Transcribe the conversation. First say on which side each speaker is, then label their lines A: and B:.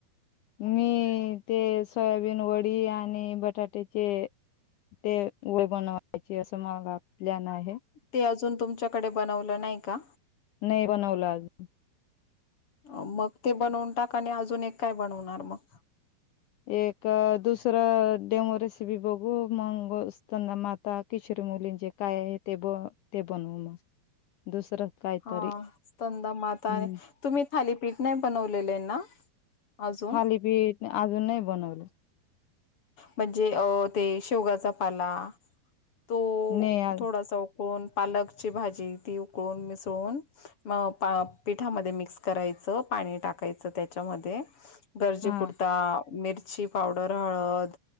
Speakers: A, on the left (about 80°); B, on the left (about 40°).
A: मे ते सोयाबीन वडी आणि बटाट्याचे ते वय बनवायची असं मालाा प्लॅन आहे.
B: ते अजून तुमच्याकडे बनवलं नाही का.
A: नाही बनवलं आज
B: मगं ते बनवून टाक आणि अजून एक काय बनवणारं मगं?
A: एक दुसरं डेमो रेसिपी बघू मगं स्तनदा माता किशर- मुलीेंचे काय आहे ते बन बनवू मग दुसरं काहीतरी
B: हा स्तनदा माता
A: हम्म
B: आणि तुम्ही थालीपीठ नाही बनवलेले आहे ना? अजून
A: थालीपीठ अजून नाही बनवले.
B: म्हणजे अ ते शेवगाचा पाला तो
A: नाही आज
B: थोडासा उकळून पालकची भाजी ती उकळून मिसळून. मगं पिठामध्ये मिक्स करायचं पाणी टाकायचं त्याच्यामध्ये गरजेपुर्ता
A: हा
B: मिरची पावडर, हळद